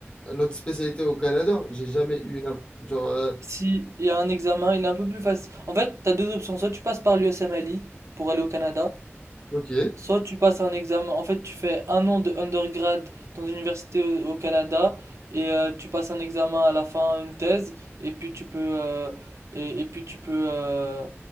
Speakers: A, on the left; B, on the right.
A: notre spécialité au Canada. J'ai jamais eu une. Genre, euh,
B: Si il y a un examen, il est un peu plus facile. En fait, t'as deux options. Soit tu passes par l'USMLE pour aller au Canada,
A: ok.
B: Soit tu passes un examen, en fait tu fais un an de undergrad dans une université au, au Canada et euh, tu passes un examen à la fin, une thèse, et puis tu peux euh, et, et puis tu peux euh,